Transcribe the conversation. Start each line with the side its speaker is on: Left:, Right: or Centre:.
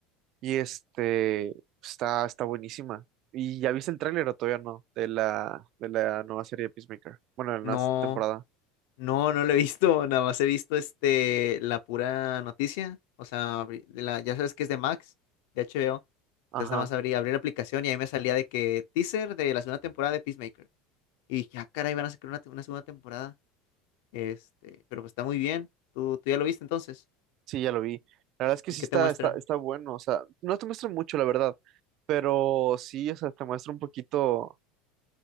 Right: y este, está, está buenísima. ¿Y ya viste el tráiler o todavía no? De la, de la nueva serie de Peacemaker. Bueno, de la
Left: No,
Right: nueva temporada.
Left: no, no la he visto, <laughs> nada más he visto este, la pura noticia. O sea, abrí- de la, ya sabes que es de Max, de HBO.
Right: Ajá,
Left: Entonces nada más abrí, abrí la aplicación y ahí me salía de que teaser de la segunda temporada de Peacemaker. Y dije, ah, caray, van a sacar una, una segunda temporada. Este, pero pues está muy bien. ¿Tú, tú ya lo viste entonces?
Right: sí, ya lo vi. La verdad es que
Left: ¿Y
Right: sí
Left: qué
Right: está,
Left: te muestran?
Right: está, está bueno, o sea, no te muestra mucho, la verdad, pero sí, o sea, te muestra un poquito,